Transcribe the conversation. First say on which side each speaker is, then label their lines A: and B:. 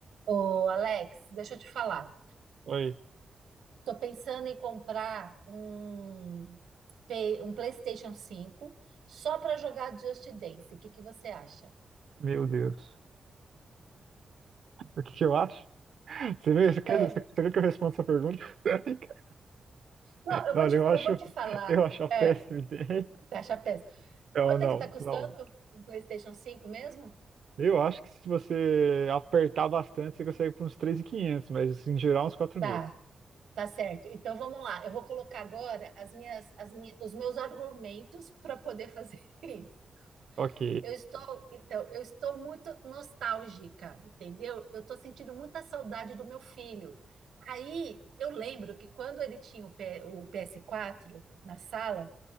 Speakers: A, on the right; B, on the right.
A: Ô, Alex, deixa eu te falar.
B: Oi,
A: Tô pensando em comprar um, P- um PlayStation cinco só para jogar Just Dance. O que que você acha?
B: meu Deus. O que que eu acho? <laughs> Você vê, você quer,
A: É.
B: você quer que eu responda essa pergunta? <laughs>
A: Não, eu
B: Não,
A: vou
B: olha,
A: te,
B: eu acho,
A: eu vou te falar.
B: eu acho a
A: É,
B: péssima ideia.
A: você acha péssimo.
B: Não,
A: Quanto
B: não,
A: é que tá custando
B: não.
A: um PlayStation cinco mesmo?
B: Eu acho que se você apertar bastante, você consegue por uns 3.500, mas assim, em geral uns quatro
A: Tá,
B: mil.
A: tá certo. Então vamos lá. Eu vou colocar agora as minhas, as minhas, os meus argumentos para poder fazer <laughs> isso.
B: Ok.
A: Eu estou, então, eu estou muito nostálgica, entendeu? Eu estou sentindo muita saudade do meu filho. Aí eu lembro que quando ele tinha o, P- o PS4 na sala,